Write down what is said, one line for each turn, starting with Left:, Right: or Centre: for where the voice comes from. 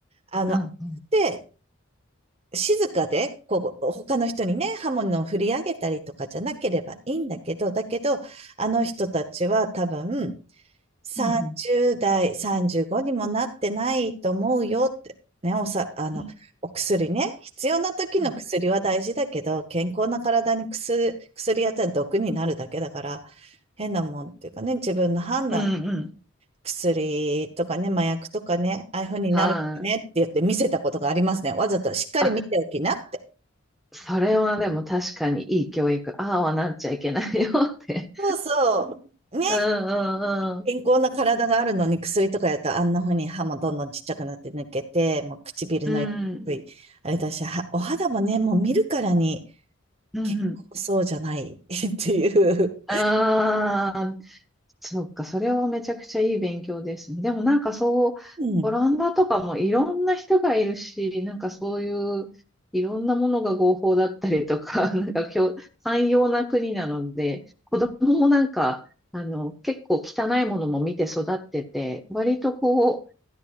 Right: あの、
Centre: うん、うん、
Right: で、静かで、こう、他の人にね、刃物を振り上げたりとかじゃなければいいんだけど、だけど、あの人たちは多分、30代、
Centre: うん、
Right: 35にもなってないと思うよって、ね、おさ、あの、
Centre: うん、
Right: お薬ね、必要な時の薬は大事だけど、
Centre: うん、うん、
Right: 健康な体に薬、薬やったら毒になるだけだから、変なもんっていうかね、自分の判断、
Centre: うんうん
Right: 薬とかね、麻薬とかね、ああいう風になるよねって言って見せたことがありますね。
Centre: はい。
Right: わざとしっかり見ておきなって。
Centre: あ、それはでも確かにいい教育、ああはなっちゃいけないよって。
Right: そうそう。ね、
Centre: うん、うん、うん、
Right: 健康な体があるのに薬とかやったらあんな風に歯もどんどんちっちゃくなって抜けて、もう唇の色い、
Centre: うん、
Right: あれだし、はお肌もね、もう見るからに
Centre: うん、
Right: 健康そうじゃない
Centre: うん。
Right: <laughs> っていう。
Centre: ああ。そっか、それはめちゃくちゃいい勉強ですね。でもなんかそう、
Right: うん。
Centre: オランダとかもいろんな人がいるし、なんかそういういろんなものが合法だったりとか、<laughs> なんか今日、寛容な国なので、子供もなんか、あの、結構汚いものも見て育ってて、割とこ